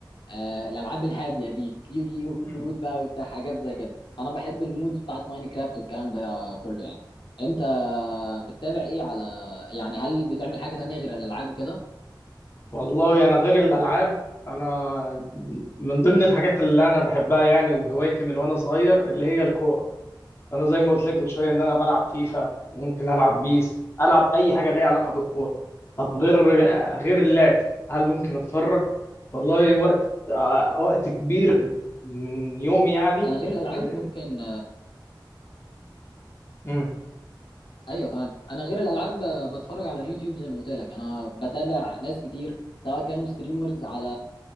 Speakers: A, on the left; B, on the left.
A: آه، الالعاب الهاديه دي يوجي يو
B: مم.
A: كروت بقى وبتاع حاجات زي كده فانا بحب المودز بتاعت ماينكرافت والكلام ده كله يعني انت بتتابع ايه على يعني هل بتعمل حاجه تانية غير الالعاب وكده
B: والله انا غير الالعاب انا من ضمن الحاجات اللي انا بحبها يعني وهوايتي من وانا صغير اللي هي الكوره انا زي ما قلت لك من شويه ان انا بلعب فيفا وممكن العب بيس العب اي حاجه ليها علاقه بالكوره طب غير غير اللعب هل ممكن اتفرج والله وقت آه، وقت كبير من يومي يعني
A: انا غير الالعاب
B: إيه،
A: ممكن
B: مم.
A: ايوه تمام انا غير الالعاب ب- بتفرج على يوتيوب زي ما قلت لك انا بتابع ناس كتير سواء كانوا ستريمرز على